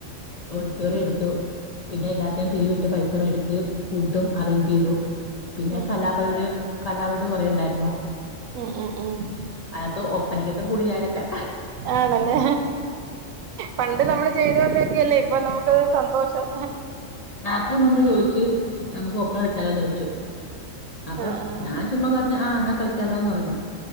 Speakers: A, on the left; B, on the right.
A: ഓടിറ്റോറിയെട്ത്തു പിന്നെ എല്ലാത്തിനും പിരിവിട്ട് പൈസ മേടിച്ച് ഫുഡും അറേഞ്ചെയ്തു പിന്നെ
B: ഉം
A: കലാപെരാടി
B: ഉം
A: കലാപരാടി കൊറെ ണ്ടായ്ര്ന്നു
B: മ്മ് മ് മ്
A: അയ്നക്ത്ത് ഒപ്പനക്കൊക്കെ കൂടി ഞാനൊക്കെ
B: ആണല്ലേ പണ്ട് നമ്മള് ചെയ്തു കണ്ടൊക്കെയല്ലേ ഇപ്പൊ നമുക്ക് സന്തോഷം
A: നാത്തൂൻ വന്ന് ചോയ്ച്ച് നമുക്ക് ഒപ്പന കഴിച്ചാലോന്ന് ചോയ്ച്ചു
B: ആഹ്
A: അപ്പോ
B: ആഹ്
A: ഞാൻ ചുമ്മാ പറഞ്ഞ് ആ ന്നാ കളിക്കാലോന്ന് പറ്ഞ്ഞു